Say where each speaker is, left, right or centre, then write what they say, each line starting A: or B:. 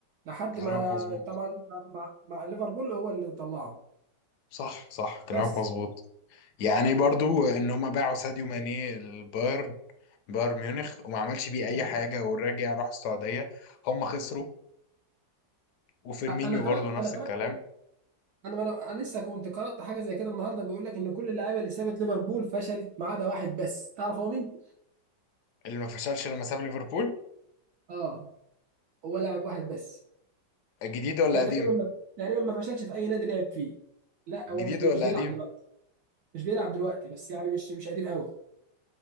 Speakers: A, on the right; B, on the left.
A: لحد
B: كلامك
A: ما
B: مظبوط
A: طبعا مع مع ليفربول هو اللي طلعه
B: صح صح كلامك
A: بس
B: مظبوط يعني برضو ان هم باعوا ساديو ماني البايرن بايرن ميونخ وما عملش بيه اي
A: نعم.
B: حاجه والراجع راح السعوديه هم خسروا وفيرمينيو
A: أ- انا قرات
B: برضو نفس
A: انا قرات
B: الكلام
A: انا انا أنا لسه كنت قرات حاجه زي كده النهارده بيقول لك ان كل اللعيبه اللي سابت ليفربول فشلت ما عدا واحد بس تعرف هو مين؟
B: اللي ما فشلش لما ساب ليفربول
A: اه هو لاعب واحد بس
B: جديد ولا
A: ده تقريبا
B: قديم
A: ما تقريبا ما فشلش في اي نادي لعب فيه لا
B: جديد
A: هو مش بي...
B: ولا
A: مش بيلعب
B: قديم
A: دلوقتي مش بيلعب دلوقتي بس يعني مش مش قديم قوي